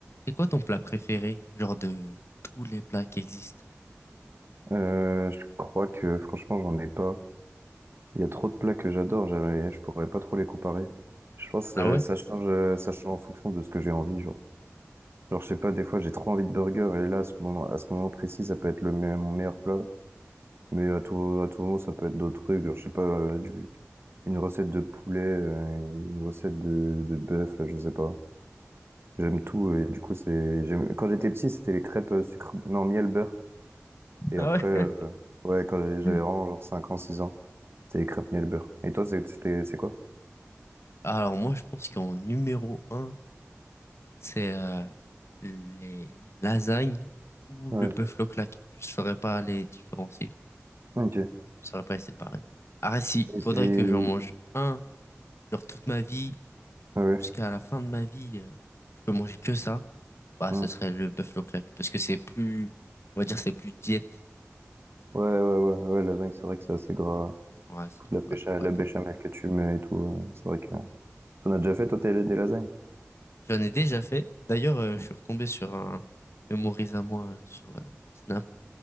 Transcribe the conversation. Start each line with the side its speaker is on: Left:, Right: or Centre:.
Left: C'est quoi ton plat préféré, genre de tous les plats qui existent?
Right: Euh, je crois que franchement, j'en ai pas. Il y a trop de plats que j'adore, j'ai- je pourrais pas trop les comparer. Je pense que
Left: Ah ouais?
Right: ça change, euh, ça change en fonction de ce que j'ai envie, genre. Genre, je sais pas, des fois, j'ai trop envie de burger, et là, à ce moment, à ce moment précis, ça peut être le me- mon meilleur plat. Mais à tout, à tout moment, ça peut être d'autres trucs, genre, je sais pas, euh, du, une recette de poulet, euh, une recette de, de bœuf, euh, je sais pas. J'aime tout, et du coup, c'est, j'aime, quand j'étais petit, c'était les crêpes euh, sucre, non, miel, beurre. Et
Left: Ah
Right: après,
Left: ouais?
Right: euh, ouais, quand j'ai- j'avais
Left: Mm.
Right: vraiment genre 5 ans, 6 ans. C'est les crêpes miel beurre. Et toi, c'est- c'était, c'est quoi?
Left: Alors moi, je pense qu'en numéro un, c'est euh, les lasagnes ou
Right: Ouais.
Left: le buffalo claque. Je saurais pas les différencier,
Right: Ok.
Left: je saurais pas les séparer. Ah si,
Right: Et
Left: faudrait
Right: c'est...
Left: que j'en mange un, genre toute ma vie,
Right: Ouais.
Left: jusqu'à la fin de ma vie, euh, je peux manger que ça. Bah,
Right: hein.
Left: ce serait le buffalo claque, parce que c'est plus, on va dire, c'est plus diète.
Right: Ouais, ouais, ouais, ouais, lasagne, c'est vrai que c'est assez gras.
Left: Ouais, c'est
Right: Toute
Left: trop
Right: la
Left: gras,
Right: bécha
Left: je pourrais
Right: la
Left: pas.
Right: béchamel que tu mets et tout, euh, c'est vrai que... T'en as déjà fait, toi, t'as des lasagnes?
Left: J'en ai déjà fait. D'ailleurs, euh,
Right: Ouais.
Left: je suis retombé sur un mémorise à moi euh, sur euh, Snap